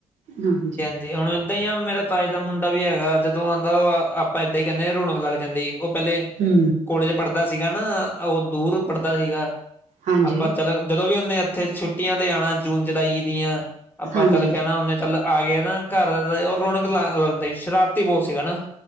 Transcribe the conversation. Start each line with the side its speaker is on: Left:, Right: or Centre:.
Right: ਹਾਂਜੀ।
Left: ਜੇ ਹੁਣ ਏਦਾਂ ਹੀ ਆ ਮੇਰਾ ਤਾਏ ਦਾ ਮੁੰਡਾ ਵੀ ਹੈਗਾ ਜਦੋਂ ਆਉਂਦਾ ਆਪਾਂ ਇਹਦਾ ਹੀ ਕਹਿੰਦੇ ਹਾਂ ਰੌਣਕ ਲੱਗ ਜਾਂਦੀ। ਉਹ ਪਹਿਲੇ
Right: ਹੂ।
Left: ਕੋਲੇਜ ਪੜ੍ਹਦਾ ਸੀਗਾ ਨਾ, ਉਹ ਦੂਰ ਪੜ੍ਹਦਾ ਸੀਗਾ।
Right: ਹਾਂਜੀ
Left: ਆਪਾਂ ਚਲੋ, ਜਦੋਂ ਵੀ ਉਹਨੇ ਇੱਥੇ ਛੁੱਟੀਆਂ ਤੇ ਅਣਾ ਜੂਨ-ਜੁਲਾਈ ਦੀਆਂ- ਆਪਾਂ
Right: ਹਾਂਜੀ
Left: ਚੱਲ ਕਹਿਣਾ ਓਨੇ ਚੱਲ ਆ ਗਏ ਨਾ ਘਰ ਰੌਣਕ ਲ ਲੈਂਦੇ ਸ਼ਰਾਰਤੀ ਬਹੁਤ ਸੀਗਾ ਨਾ।